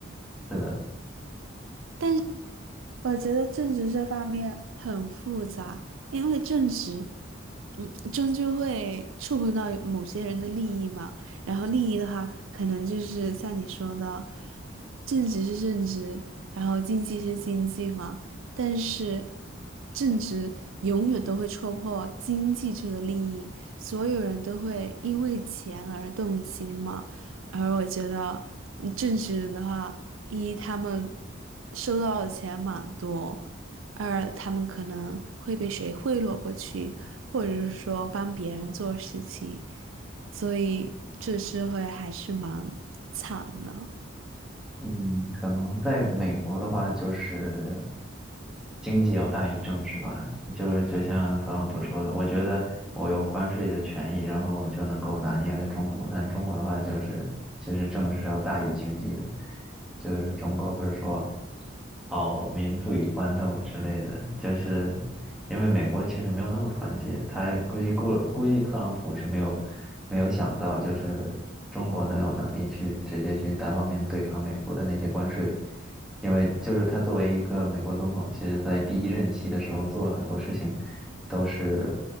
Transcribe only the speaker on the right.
但我觉得政治这方面很复杂，因为政治，嗯，终究会触碰到某些人的利益嘛。然后利益的话，可能就是像你说的，政治是政治，然后经济是经济嘛。但是，政治永远都会戳破经济这个利益，所有人都会因为钱而动心嘛。而我觉得嗯正职人的话，一他们收到的钱蛮多，二他们可能会被谁贿赂过去，或者是说帮别人做事情，所以这社会还是蛮惨的。